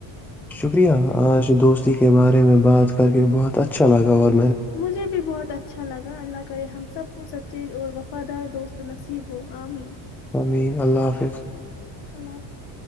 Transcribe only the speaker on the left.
مجھے بھی بہت اچھا لگا اللہ کرے ہم سب کو سچی اور وفادار دوست نصیب ہو عامین
اللہ حافظ